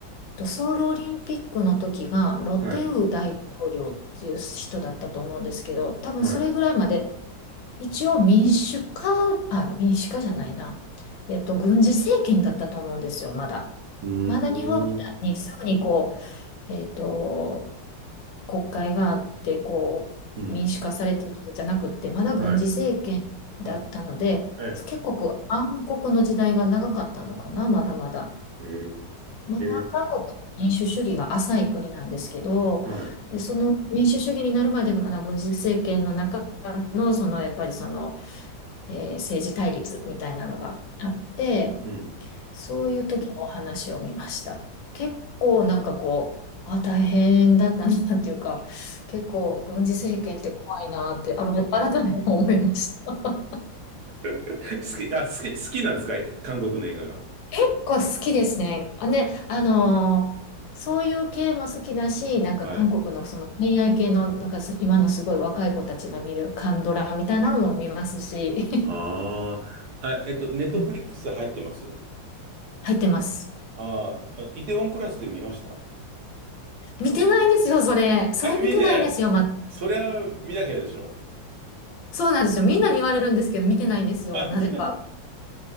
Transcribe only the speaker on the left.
とソウルオリンピックの時がロテウ大統領っていう人だったと思うんですけど、
多分それぐらいまで
一応民主化、あ、民主化じゃないな。えっと、軍事政権だったと思うんですよ、まだ。
まだ日本みたいにすぐにこう、えっと、国会があって、こう、
民主化されてるじゃなくって、まだ軍事政権だったので、
結構暗黒の時代が長かったのかな、まだまだ。
まだ韓国の民主主義が浅い国なんですけど、
で、その民主主義になるまで、まだ軍事政権の中の、そのやっぱりその、えー政治対立みたいなのがあって、
そういう時のお話を見ました。結構なんかこう、あ、大変だったなっていうか、結構軍事政権って怖いなって、あの、改めて思いました。
結構好きですね。あ、ね、あのーそういう系も好きだし、なんか韓国のその恋愛系の、
なんかす今のすごい若い子たちが見るカンドラみたいなのも見ますし、
<laughs> うん入ってます。
見てないんですよ、それ。それ見てないんですよ、
まだ。
そうなんですよ。みんなに言われるんですけど、見てないんですよ。
なぜか。